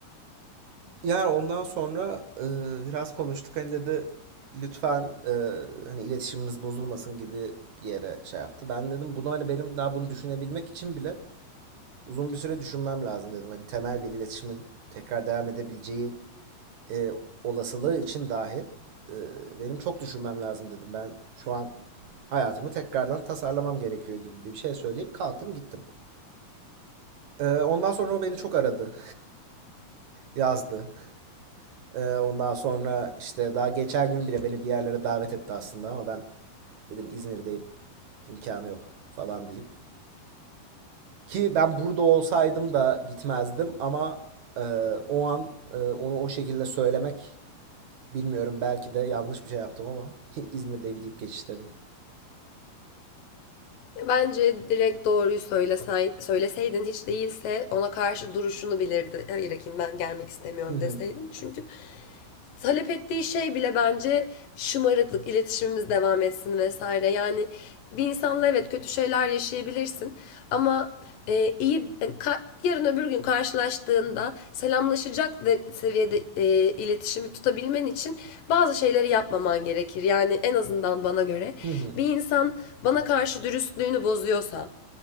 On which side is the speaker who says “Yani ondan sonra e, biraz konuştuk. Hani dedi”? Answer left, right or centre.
Right